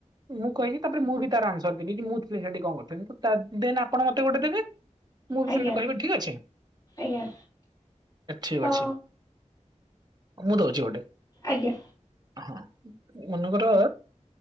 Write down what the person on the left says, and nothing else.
ଆଜ୍ଞା
ଆଜ୍ଞା
ତ
ଆଜ୍ଞା।